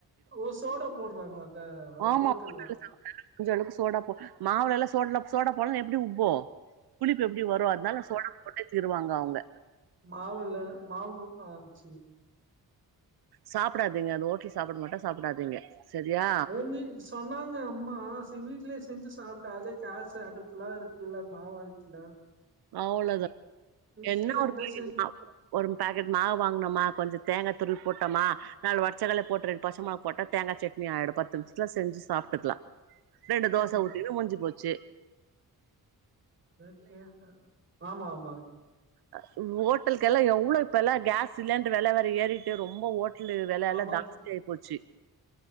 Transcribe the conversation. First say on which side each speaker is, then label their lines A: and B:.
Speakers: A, on the right; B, on the right.
A: ஓ சோடா போட்றாங்களாக்கா
B: ஆமா
A: ஹோட்ட
B: ஹோட்டல்ல சாப்டாலு ஞ்ச அளவுக்கு சோடாப்பு மாவுல எல்லா சோல்ட சோடாப் போல்ன் எப்டி உப்பு புளிப்பு எப்டி வரு அதுனால நா சோடாப் போட்டு திருவாங்க அவுங்க
A: மாவு இல்ல மாவு ஆ சே
B: சாப்டாதீங்க அது ஓட் சாப்ட மாட்டே சாப்டாதீங்க சரியா
A: அவிங்க சொ சொன்னாங்க அம்மா சே வீட்லயே செஞ்சு சாப்டு அத கேஸ் அடுப்புலா இருக்குல்ல மாமா வீட்டுல
B: அவ்ளதா என்ன
A: ஃப்ரீயா
B: ஒரு
A: இருந்தா
B: பாக்கெட்
A: செஞ்சு
B: மாவு ஒரு பாக்கெட் மாவு வாங்னமா கொஞ்ச தேங்கா துருவி போட்டமா நாலு ஒட்ச்சக்கட்ல போட்டு ரெண்டு பச்சமொளகா போட்டா தேங்கா சட்னி ஆயிடு பத்து நிம்ஷத்துல செஞ்சு சாப்ட்டுக்லா ரெண்டு தோச
A: ம்
B: ஊத்தி முடிஞ்சு போச்சு
A: ஆஹ் கேக்க ஆமா ஆமா
B: அ ஓட்டல்கெல்லா எவ்ளோ இப்பலா கேஸ் சிலிண்டர் வெல வேற ஏறிட்டு ரொம்ப ஓ இட்லி வெலலா
A: ஆமா
B: தாஸ்தி ஆயி போச்சு